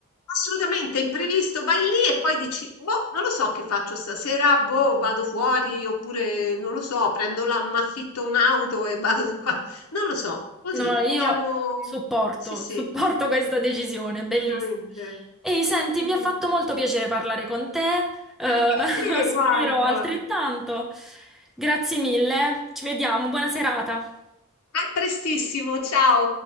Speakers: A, on the left (about 80°); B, in the centre.
A: Assolutamente, imprevisto, vai lì e poi dici: "Boh, non lo so che faccio stasera, boh, vado fuori oppure non lo so, prendo la m'affitto un'auto e vado da qua". Non lo so, così
B: No, io
A: andiamo
B: supporto,
A: sì, sì,
B: <laughs> supporto questa decisione,
A: assolutamente.
B: bellissima. Ehi, senti,
A: Sì,
B: mi ha
A: sì,
B: fatto
A: sì.
B: molto piacere parlare con te, eh,
A: Anche a te,
B: <laughs> spero
A: guarda.
B: altrettanto. Grazie mille, ci vediamo, buona serata.
A: A prestissimo, ciao.